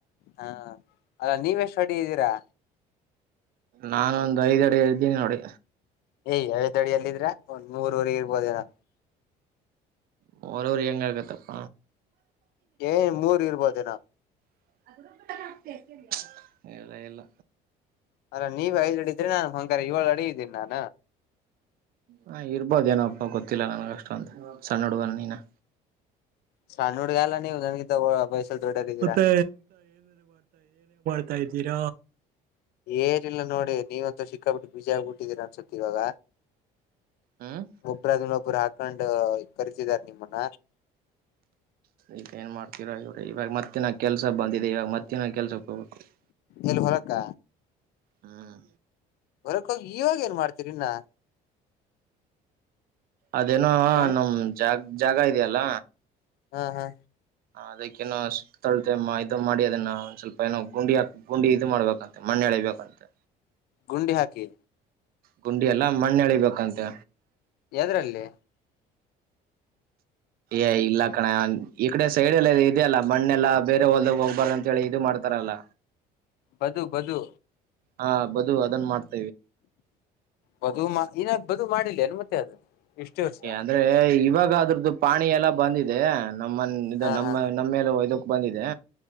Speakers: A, on the left; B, on the right.
A: ಹಾ ಅಲ್ಲ ನೀವ್ ಎಷ್ಟು ಅಡಿ ಇದ್ದೀರಾ
B: ನಾನ ಒಂದ್ ಐದ್ ಅಡಿ ಇದ್ದೀನಿ ನೋಡಿ
A: ಹೇ ಐದಡಿಯಲ್ಲಿದ್ರ ಒಂದ್ ಮೂರವರೆ ಇರ್ಬೋದೇನೊ
B: ಮೂರುವರೆ ಹೆಂಗ್ ಆಗುತ್ತಪ್ಪ
A: ಏ ಮೂರ್ ಇರ್ಬೋದನೋ
B: <inaudible> ಹೇ ಇಲ್ಲ ಇಲ್ಲ
A: ಹಂಗಾರೆ ನೀವ್ ಐದ್ ಅಡಿ ಇದೀರಿ ನಾನು ಅಂಗಾರೆ ಏಳ್ ಅಡಿ ಇದ್ದೀನ್ ನಾನು
B: ಹಾ ಇರ್ಬೋದ್ ಏನಪ್ಪ ಗೊತ್ತಿಲ್ಲ ನನ್ಗ ಅಷ್ಟ ಅಂತ ಸಣ್ಣ ಹುಡುಗ ನೀನು
A: ಹ <unintelligible> ಸಣ್ ಹುಡುಗ ಅಲ್ಲ ನೀವು ನನಗಿಂತ ವಯಸ್ಸಲ್ಲಿ ದೊಡ್ಡವ್ರ್ ಇದ್ದೀರಾ
B: ಮತ್ತೆ <unintelligible> ಇದಿರ
A: ಏನಿಲ್ಲನೋಡಿ ನೀವಂತ ಸಿಕ್ಕಾ ಪಟ್ಟೆ ಬಿಝಿ ಆಗ್ಬಿಟ್ಟಿದ್ದೀರ ಅನ್ಸುತ್ತ ಇವಾಗ
B: ಹ್ಮ್
A: ಒಬರದನ್ನ ಒಬ್ಬರು ಹಾಕೊಂಡು ಕರಸಿದಾರ ನಿಮ್ಮನ್ನ
B: ಈಗ ಏನ್ ಮಾಡ್ತಿೀರಾ ಇವ್ರ ಇವಾಗ ಮತ್ತೆ ನಾ ಕೆಲ್ಸ ಸ ಬಂದಿದೆ ಈವ ಮತ್ತೆ ನಾ ಕೆಲಸಕ್ಕೆ ಹೋಗಬೇಕು <unintelligible>
A: ಎಲ್ಲಿ ಹೊಲಕ್ಕ
B: ಹ್ಮ್
A: <unintelligible> ಕೋ ಇವಾಗ ಏನ್ ಮಾಡ್ತರಿ ಇನ್ನ
B: ಅದೇನೋ
A: ಹ
B: ನಮ್ ಜಾಗ ಜಾಗ ಇದೆಯಲ್ಲ
A: ಹಾ ಹಾ
B: ಅದಕ್ಕೇನೋ ಸಿಕ್ತಳತೆೆ ಇದು ಮಾಡಿ ಅದನ್ನ ಒಂದ್ ಸ್ವಲ್ಪ ಏನೋ ಗುಂಡಿ ಗುಂಡಿ ಇದು ಮಾಡ್ಬೇಕಂತೆ ಮಣ <unintelligible> <unintelligible> ಳಿ ಬೇಕಂತೆ
A: ಗುಂಡಿ ಹಾಕಿ
B: ಗುಂಡಿ ಎಲ್ಲ ಮಣ್ಣೆ ಅಳಿಬೇಕಂತೆ
A: ಯದ್ರಲ್ಲಿ
B: ಏ ಇಲ್ಲ ಕಣ ಈ ಕಡೆ ಸೈಡ್ಲ್ಲ ಇದದೆಲ್ಲ ಮಣ್ಣೆಲ್ಲ ಬೇರೆ ಹೊಲದಾಗ ಹೋಗ್ಬಾರ್ದ ಅಂತ ಹೇಳಿ ಇದು ಮಾಡ್ತಾರಲ್ಲ
A: ಬದು ಬದು
B: ಹಾ ಬದು ಅದನ್ ಮಾಡ್ತ
A: ಬದು ಮಾ ಇನ್ನ ಬದು ಮಾಡಿಲ್ಲ ಅನ್ ಮತ್ತೆ ಇಷ್ಟು ವರ್ಷ
B: ಅಂದ್ರೆ ಇವಾಗ ಅದ್ರದ್ದು ಪಾಣಿ ಎಲ್ಲ ಬಂದಿದೆ ನಮ್ಮ
A: ಹ
B: ನಮ್ಮ
A: ಹ
B: ನಮ್ಮ ಹೊಲಕ್ಕೆ ಇದಕ್ ಬಂದಿದೆ